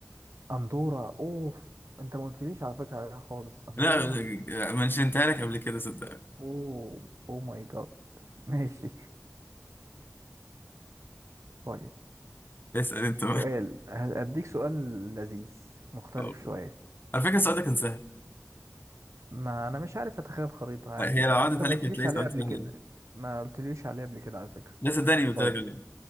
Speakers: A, on the right; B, on the left.
A: اندورا اوف انت ما قلتليش على فكرة عليها خالص اندورا
B: لا منشنتها لك قبل كده صدقني
A: اوه اوه ماي جاد ماشي <laughs> طيب
B: اسأل انت
A: سؤال هديك سؤال لذيذ مختلف
B: أه.
A: شوية
B: على فكرة السؤال ده كان سهل
A: ما انا مش عارف اتخيل خريطة عادي
B: هي
A: بقى
B: لو عدت
A: وانت ما
B: عليك
A: قلتليش
B: هتلاقي
A: عليها
B: سؤال
A: قبل
B: سهل
A: كده
B: يعني
A: ما قلتليش عليها قبل كده على فكرة
B: لا صدقني قلت
A: طيب
B: لك الإجابة.